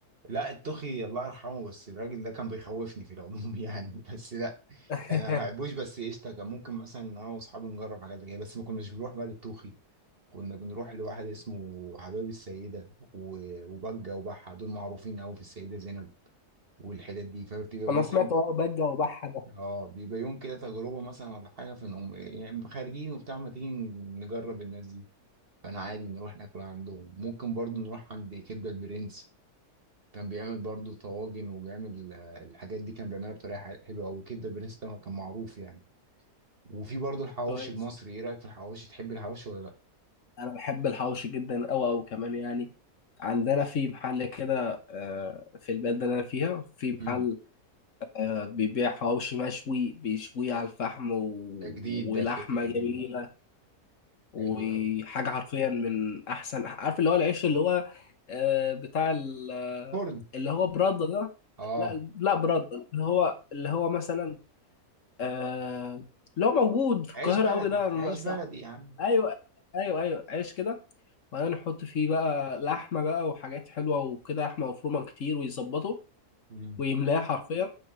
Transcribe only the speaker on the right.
لا التوخي الله يرحمه بس الراجل ده كان بيخوفني في العموم <laughs> يعني بس لا
يعني انا ما بحبوش بس قشطه كان ممكن مثلا انا واصحابي نجرب حاجات زي كده بس ما كناش بنروح بقى للتوخي كنا بنروح لواحد اسمه حباب السيده و- وبجه وبحه دول معروفين قوي في السيده زينب والحتت دي فبتبقى
مثلا
اه بيبقى يوم كده تجربه مثلا ولا حاجه فنقوم يعني خارجين وبتاع ما تيجي نجرب الناس دي فانا عادي نروح ناكل عندهم ممكن برضو نروح عند كبده البرنس كان بيعمل برضو طواجن وبيعمل آه، الحاجات دي كان بيعملها بطريقه ح- حلوه قوي الكبده البرنس ده كان معروف يعني وفي برضو الحواوشي
المصري ايه رايك في الحواوشي تحب الحواوشي ولا لا
مم.
ده جديد
ده الفكره
دي
حلو قوي
فرن
اه
عيش
بلدي
عيش
بلدي يا عم
مم.